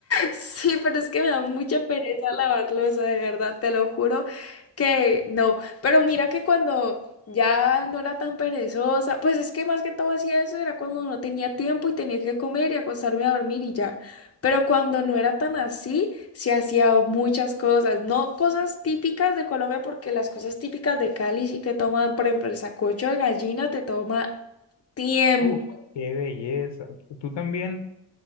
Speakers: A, on the left; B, on the left.
A: Sí, pero es que me da mucha pereza lavar losa, de verdad, te lo juro que no. Pero mira que cuando ya no era tan perezosa, pues es que más que todo hacía eso, era cuando no tenía tiempo y tenía que comer y acostarme a dormir y ya. Pero cuando no era tan así, se hacía muchas cosas, no cosas típicas de Colombia, porque las cosas típicas de Cali sí te toman, por ejemplo, el sancocho de gallina te toma tiempo.
B: Uf, qué belleza. Tú también,